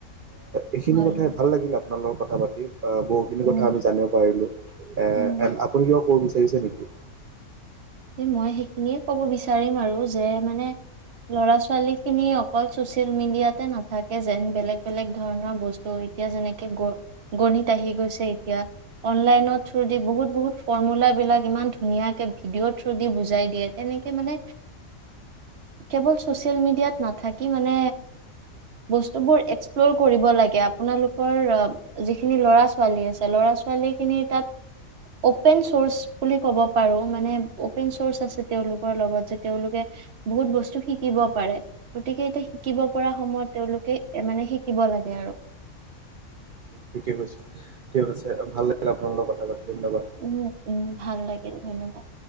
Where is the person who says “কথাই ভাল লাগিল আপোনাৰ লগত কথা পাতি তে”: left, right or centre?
Right